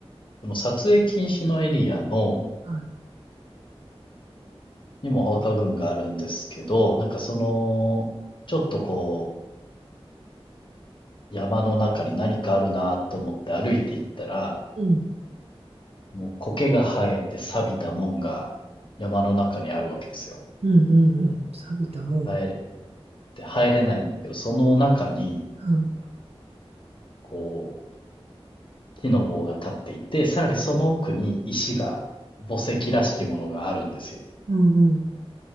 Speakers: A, on the left (about 55°); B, on the right (about 75°).
A: その撮影禁止のエリアの、
B: はい。
A: にもお墓群があるんですけど、なんかその、ちょっとこう、山の中に何かあるなと思って歩いていったら、
B: うん。
A: もう苔が生えて錆びた門が山の中にあるわけですよ。
B: うんうんうん。錆びたもん。
A: 入れ、で、入れないんですけど、その中に、
B: うん。
A: こう、木の棒が立っていて、さらにその奥に石が、墓石らしきものがあるんですよ。
B: うんうん。